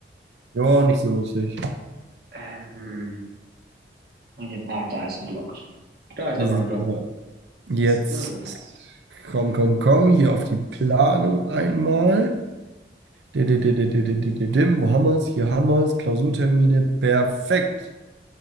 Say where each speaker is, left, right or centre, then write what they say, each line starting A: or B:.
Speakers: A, on the right; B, on the right.
A: Ja, nicht so lustig.
B: Ähm, und den, ach, da ist ein Block. Da ist
A: So.
B: doch mal ein Block.
A: Jetzt
B: So.
A: komm, komm, komm, hier auf die Planung einmal. Dim, wo haben wir es? Hier haben wir es. Klausurtermine, perfekt.